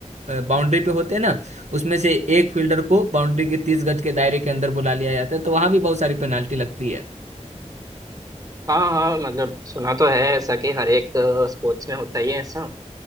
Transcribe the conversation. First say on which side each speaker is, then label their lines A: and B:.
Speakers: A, on the right; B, on the right.
A: बाउंड्री पे होते हैं ना उसमें से एक फील्डर को बाउंड्री के तीस गज के दायरे के अंदर बुला लिया जाता है तो वहां भी बहुत सारी पेनाल्टी लगती है
B: हाँ हाँ मतलब सुना तो है ऐसा कि हर एक स्पोर्ट्स में होता ही है ऐसा